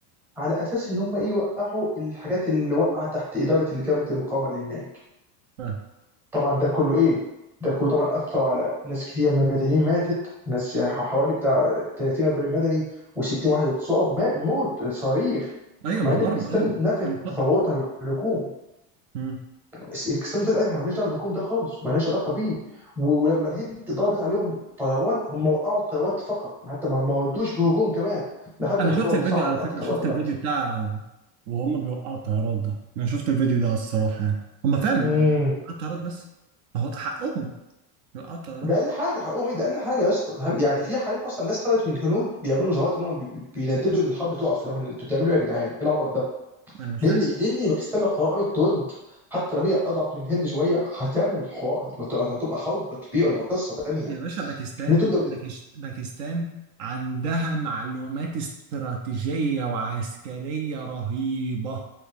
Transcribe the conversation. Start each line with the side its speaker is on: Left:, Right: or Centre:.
Centre: على اساس ان هم ايه يوقعوا الحاجات اللي وقعت تحت اداره اللي جبهه المقاومه اللي هناك
Right: فاهم.
Centre: طبعا ده كله ايه ده كله طبعا اثر على ناس كتير من المدنيين ماتت ناس يعني حوالي بتاع 30 40 مدني و60 واحد اتصاب ما- موت صواريخ
Right: ايوه
Centre: ومع
Right: ما
Centre: ان
Right: ضرب
Centre: باكستان
Right: ايوه
Centre: نفت
Right: انا فاهم.
Centre: تطوراتها بالهجوم
Right: امم
Centre: بس باكستان طلعت قالت احنا مالناش دعوه بالهجوم ده خالص ومالناش علاقه بيه و- ولما الهند ضربت عليهم طيران هم وقعوا الطيارات فقط حتى ما ما ردوش بهجوم كمان لحد
Right: انا
Centre: الموضوع
Right: شفت الفيديو
Centre: تصاعد
Right: على فكرة
Centre: اكتر
Right: شفت
Centre: بقى دلوقتي
Right: الفيديو بتاع وهم بيوقعوا الطيارات ده انا شوفت الفيديو ده على الصراحة يعني هم فعلا
Centre: مم.
Right: وقعوا الطيارات بس هو ده حقهم العطلة يا
Centre: ده
Right: رب
Centre: اقل حاجه حقهم ايه ده اقل حاجه يا اسطى ده هل- يعني في حاليا اصلا ناس طلعت من الهنود بيعملوا مظاهرات ان هم بي- بي- بينددوا ان الحرب تقف اللي هو انتوا بتعملوا ايه يا جدعان؟ ايه العبط ده؟
Right: أنا مش
Centre: لان
Right: فاهم
Centre: لان باكستان لو قررت تود حتى لو هي اضعف من الهند شويه هتعمل حوار هت- هت- هتبقى حرب كبيره هتبقى قصه تانيه
Right: يا باشا باكستان
Centre: ان دول دولتين
Right: باكش- باكستان عندها معلومات استراتيجية وعسكرية رهيبة